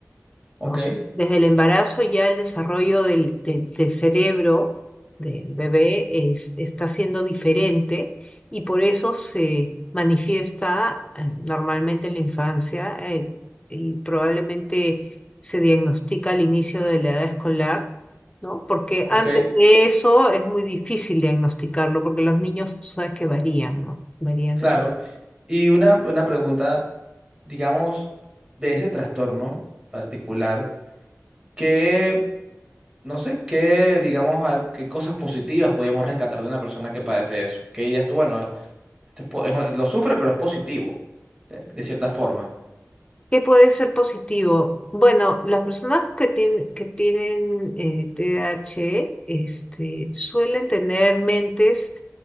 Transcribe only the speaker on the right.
ok,
ok,
claro.
Y una, una pregunta, digamos, de ese trastorno particular, ¿qué, no sé, qué, digamos, a- qué cosas positivas podríamos rescatar de una persona que padece eso? Que dirías tú, bueno, esto es po- es- lo sufre, pero es positivo, de, de cierta forma.